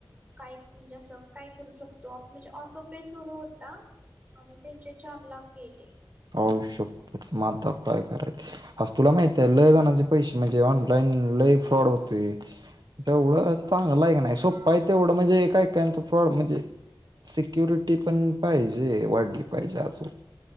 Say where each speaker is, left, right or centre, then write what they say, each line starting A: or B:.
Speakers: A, on the right; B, on the right.
A: काय म्हणजे असं काय करू शकतो म्हणजे ऑटोपे सुरू होता आणि त्यांचे चार लाख गेले.
B: आईशपथ मग आता काय करायच, आ तुला माहित आहे लय जनांचे पैसे म्हणजे ऑनलाईन लय फ्रॉड होतेय. तेवढं चांगल हाय क नाही सोप्पा आहे तेवढं म्हणजे काय काय फ्रॉड म्हणजे सिक्युरिटी पण पाहिजे वाढली पाहिजे. अजून